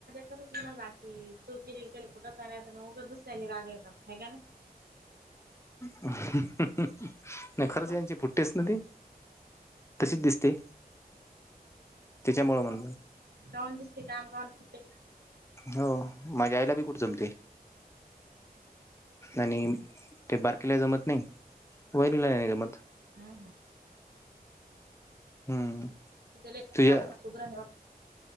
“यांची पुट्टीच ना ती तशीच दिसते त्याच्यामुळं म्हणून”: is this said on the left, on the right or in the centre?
Left